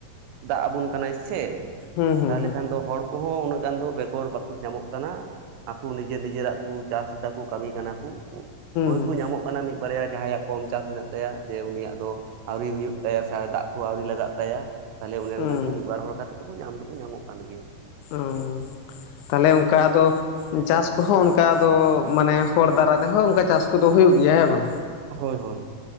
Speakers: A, on the right; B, on the left.
A: ᱫᱟᱜ ᱟᱵᱚᱱ ᱠᱟᱱᱟᱭ ᱥᱮ
B: ᱦᱩᱸ ᱦᱩᱸ
A: ᱛᱟᱦᱚᱞᱮ
B: ᱦᱩᱸ
A: ᱠᱷᱟᱱ ᱫᱚ ᱦᱚᱲ ᱠᱩᱦᱚᱸ ᱩᱱᱟᱹᱜ ᱜᱟᱱ ᱫᱚ ᱵᱮᱜᱚᱨ ᱵᱟᱠᱚ ᱧᱟᱢᱚᱜ ᱠᱟᱱᱟ ᱟᱠᱚ ᱱᱤᱡᱮᱨ ᱱᱤᱡᱮᱨᱟᱜ ᱠᱚ ᱪᱟᱥ ᱫᱟᱠᱚ ᱠᱟᱹᱢᱤ ᱠᱟᱱᱟ ᱠᱚ ᱦᱳᱭ
B: ᱦᱩᱸ
A: ᱠᱚ ᱧᱟᱢᱚᱜ ᱠᱟᱱᱟ ᱢᱤᱫ ᱵᱟᱨᱭᱟ ᱡᱟᱦᱟᱸᱭ ᱟᱜ ᱠᱚᱢ ᱪᱟᱥ ᱢᱮᱱᱟᱜ ᱛᱟᱭᱟ ᱡᱮ ᱩᱱᱤᱭᱟᱜ ᱫᱚ ᱟᱣᱨᱤ ᱦᱩᱭᱩᱜ ᱛᱟᱭᱟ ᱥᱮ ᱫᱟᱜ ᱠᱚ ᱟᱣᱨᱤ ᱞᱟᱜᱟᱜ ᱛᱟᱭᱟ ᱛᱟᱦᱚᱞᱮ ᱚᱱᱮ
B: ᱦᱩᱸ
A: ᱚᱱᱠᱟᱱ ᱠᱚ ᱢᱤᱫ ᱵᱟᱨ ᱦᱚᱲ ᱠᱟᱛᱮᱫ ᱫᱚᱠᱚ ᱧᱟᱢ ᱫᱚᱠᱚ ᱧᱟᱢᱚᱜ ᱠᱟᱱ ᱜᱮᱭᱟ
B: ᱚᱸ ᱛᱟᱦᱚᱞᱮ ᱚᱝᱠᱟ ᱫᱚ ᱪᱟᱥ ᱠᱚᱦᱚᱸ ᱚᱱᱠᱟ ᱫᱚ ᱢᱟᱱᱮ ᱦᱚᱲ ᱫᱟᱨᱟᱭ ᱛᱮᱦᱚᱸ ᱚᱱᱠᱟ ᱪᱟᱥ ᱠᱚᱫᱚ ᱦᱩᱭᱩᱜ ᱜᱮᱭᱟ ᱦᱮᱸ ᱵᱟᱝ?
A: ᱦᱳᱭ ᱦᱳᱭ